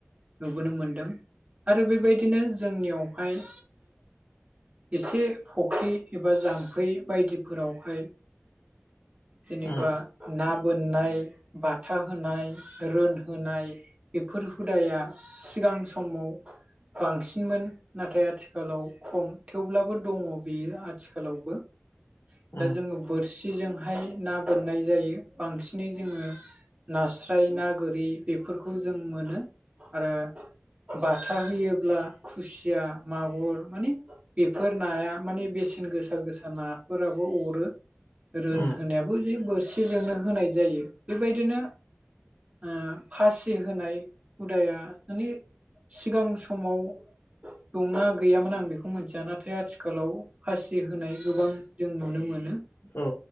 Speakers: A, on the right; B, on the left.
A: नुबोनो मोनदों आरो बेबायदिनो जोंनियावहाय एसे फुख्रि एबा जाम्फै बायदिफोरावहाय जेनेबा
B: उम
A: ना बोननाय बाथा होनाय रोनहोनाय बेफोर हुदाया सिगां समाव बांसिनमोन नाथाय आथिखालाव खम थेवब्लाबो दङ बेयो आथिखालावबो
B: उम
A: दा जोङो बोरसिजोंहाय ना बोननाय जायो बांसिनै जोङो नास्राय ना गोरि बेफोरखौ जों मोनो आरो बाथा होयोब्ला खुसिया मागुर माने बेफोर नाया माने बेसेन गोसा गोसा नाफोराबो अरो रोनहोनाय
B: उम
A: बो जे बोरसिजोंनो होनाय जायो बेबायदिनो ओ फासि होनाय हुदाया माने सिगां समाव दंना गैयामोन आं बेखौ मिथिया नाथाय आथिखालाव फासि होनाय गोबां जों नुनो मोनो
B: औ